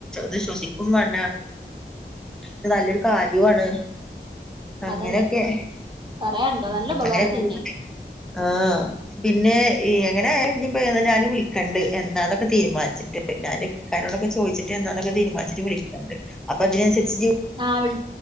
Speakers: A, in the centre; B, on the right.
A: ത് ശ്വസിക്കും വണ്ട പിന്നെ നല്ലൊരു കാര്യവാണ് അങ്ങനെഒക്കെ
B: അതന്നെ പറയാണ്ടോ
A: ഉം
B: നല്ല ഉപകാരം
A: അങ്ങനെപൂ
B: തന്നെ
A: <unintelligible> ആഹ് പിന്നെ എങ്ങനെ ഞ്ഞിപ്പ ഞാന് വിളിക്കണ്ട് എന്താനൊക്കെ തീരുമാനിച്ചിട്ട് ഞാൻ ഇക്കാനോട്‌ ഒക്കെ ചോയിച്ചിട്ട് എന്താന്നൊക്കെ തീരുമാനിട്ട് വിളിക്കണ്ട് അപ്പ അതിനനുസരിച്ച്
B: ആ വി